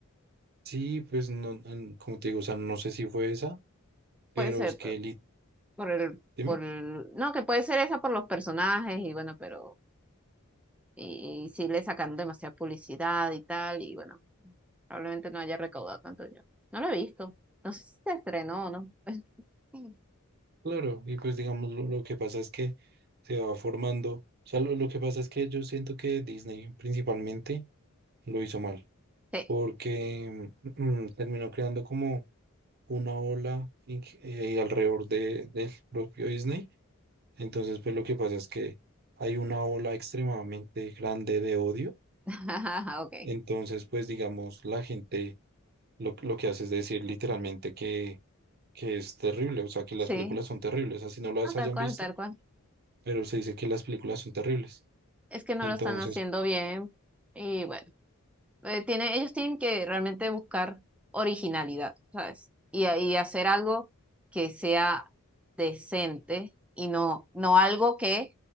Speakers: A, on the right; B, in the centre.
A: Sí, pues no, mm, como te digo, o sea, no sé si fue esa, pero
B: Puede ser
A: es que,
B: p-
A: li-
B: por el,
A: dime,
B: por el- no, que puede ser esa por los personajes y bueno, pero, y, y sí le sacaron demasiada publicidad y tal, y bueno. Probablemente no haya recaudado tanto dinero. No lo he visto. No sé si se estrenó o no. Sí.
A: claro, y pues digamos, lo, lo que pasa es que se va formando, o sea, lo, lo que pasa es que yo siento que Disney principalmente lo hizo mal.
B: Sí.
A: porque mm, mm, terminó creando como una ola in- eh, alrededor de, del propio Disney. Entonces, pues lo que pasa es que hay una ola extremadamente grande de odio.
B: <laughs> Ok.
A: Entonces, pues digamos, la gente lo, lo que hace es decir literalmente que, que es terrible, o sea, que las
B: Sí.
A: películas son terribles, así no las
B: No,
A: hayan
B: tal cual,
A: visto,
B: tal cual.
A: pero se dice que las películas son terribles.
B: Es que no
A: Entonces,
B: lo están haciendo bien. Y bueno. eh, tiene, ellos tienen que realmente buscar originalidad, ¿sabes? Y, y hacer algo que sea decente y no, no algo que